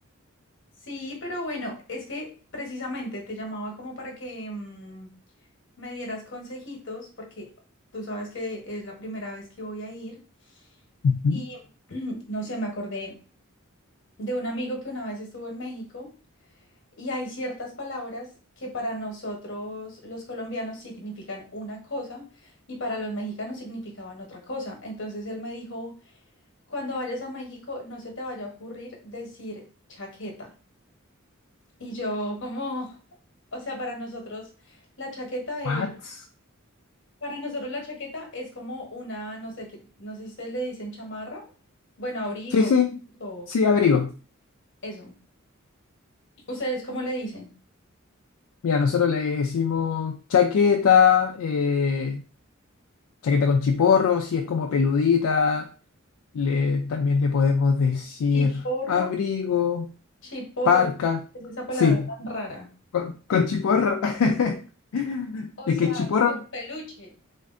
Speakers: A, on the left; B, on the left.
A: Sí, pero bueno, es que precisamente te llamaba como para que em, me dieras consejitos, porque tú sabes que es la primera vez que voy a ir.
B: Ujú.
A: Y <clears throat> no sé, me acordé de un amigo que una vez estuvo en México. Y hay ciertas palabras que para nosotros los colombianos significan una cosa y para los mexicanos significaban otra cosa. Entonces él me dijo, cuando vayas a México no se te vaya a ocurrir decir chaqueta. Y yo como, o sea, para nosotros la chaqueta
B: What?
A: es, para nosotros la chaqueta es como una, no sé qué, no sé si ustedes le dicen chamarra, bueno, abrigo
B: Sí, sí,
A: o
B: sí, abrigo.
A: eso. ¿Ustedes cómo le dicen?
B: Mira, nosotros le decimos chaqueta, eh, chaqueta con chiporro, si es como peludita. Le, también le podemos decir
A: Chiporro.
B: abrigo.
A: Chiporro,
B: Parca,
A: ¿qué es esa palabra
B: sí,
A: tan rara.
B: con, con chiporro. <laughs>
A: O
B: Es
A: sea,
B: que chiporro,
A: con peluche.